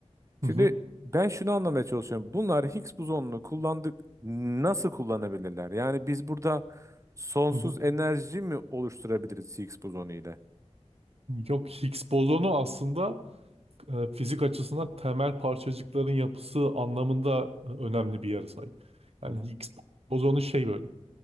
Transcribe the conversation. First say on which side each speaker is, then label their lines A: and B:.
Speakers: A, on the right; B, on the right.
A: Hı
B: Şimdi
A: hı.
B: ben şunu anlamaya çalışıyorum. Bunlar Higgs bozonunu kullandık nasıl kullanabilirler? Yani biz burada sonsuz
A: Hı hı.
B: enerji mi oluşturabiliriz Higgs bozonu ile?
A: Yok Higgs bozonu aslında e, fizik açısından temel parçacıkların yapısı anlamında e, önemli bir yere sahip. Yani
B: Hı hı,
A: Higgs bozonu şey böyle